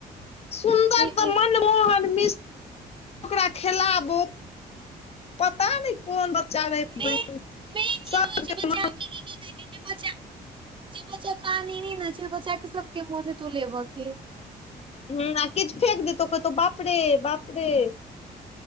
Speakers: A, on the left (about 35°); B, on the right (about 30°).
A: सुन्दर
B: नहि
A: त
B: बहिन
A: मनमोहन मिश्र ओकरा खिलाबू पता नै कोन बच्चा अर हिन
B: मेन मेन चीज
A: सबके
B: होइ छै बच्चा के की की कहै छै जे बच्चा जे बच्चा काने ने न छै ओ बच्चा के सबके मोन हेते लेबे के
A: हूँ आ किछ फेक देतो कहतौ बाप रे बाप रे